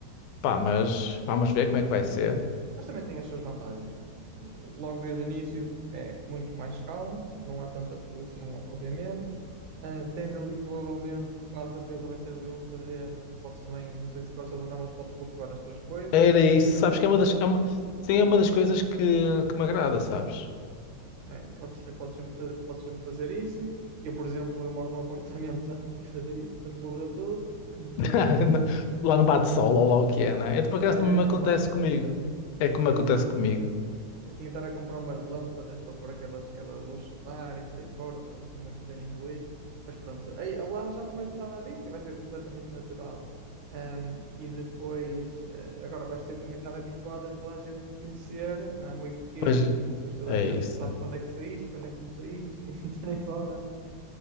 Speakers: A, on the left; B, on the right.
A: pá, mas vamos ver como é que vai ser.
B: Sim. Mas também tem as suas vantagens. Logo desde o início é muito mais calmo, não há tanta poluição, obviamente. Ah, tens ali provavelmente, quase certeza, vai ser ali um terreno que podes também, não sei se gostas ou não, mas podes cultivar as tuas coisas,
A: Era isso,
B: sejam
A: sabes
B: poucas
A: que é uma das,
B: ou muitas.
A: é uma, sim, é uma das coisas que, que me agrada, sabes?
B: É, podes, podes sempre, fa- podes sempre fazer isso. Eu, por exemplo, eu moro num apartamento, já tentei fazer isso, mas morreu tudo, <laughs> portanto desisti.
A: <laughs> Lá não bate sol, ou lá o que é, né? Eu, por acaso,
B: Eh,
A: também me
B: não
A: acontece
B: bate,
A: comigo.
B: não bate.
A: É como acontece comigo.
B: Eu tinha de estar a comprar umas lâmpadas para pôr aquelas, aquela luz solar e por aí fora, para eles também poderem evoluir. Mas pronto, aí, lá já não vais precisar nada disso e vai ser completamente natural. Ahm, e depois, eh, agora vais ter também de estar habituado a toda a gente te conhecer, não é muito pequeno,
A: Pois
B: e depois toda
A: é
B: a gente
A: isso.
B: sabe quando é que saíste, quando é que não saíste, <laughs> e por aí fora.